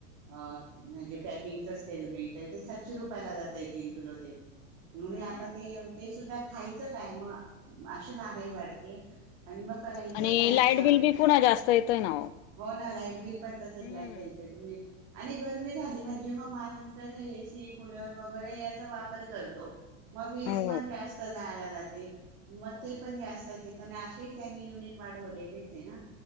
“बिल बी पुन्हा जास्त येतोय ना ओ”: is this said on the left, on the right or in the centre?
Left